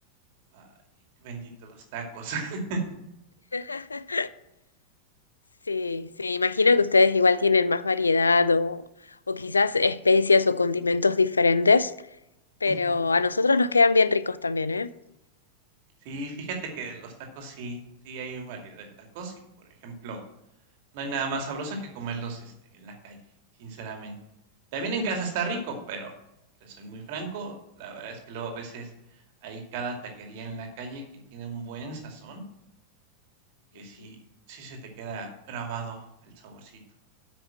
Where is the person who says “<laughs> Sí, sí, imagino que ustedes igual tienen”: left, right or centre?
Left